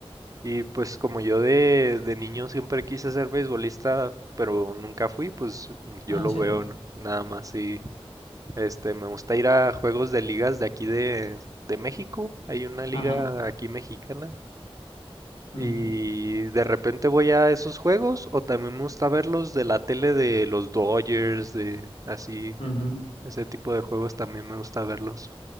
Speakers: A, on the right; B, on the left.
A: Y pues como yo de, de niño siempre quise ser beisbolista, pero nunca fui, pues yo
B: Ah,
A: lo
B: ¿en serio?
A: veo n- nada más y este me gusta ir a juegos de ligas de aquí de, de México, hay una liga
B: Ajá.
A: aquí mexicana
B: Ujú,
A: y de repente voy a esos juegos o también me gusta verlos de la tele de los Dodgers, de así,
B: ujú.
A: ese tipo de juegos también me gusta verlos.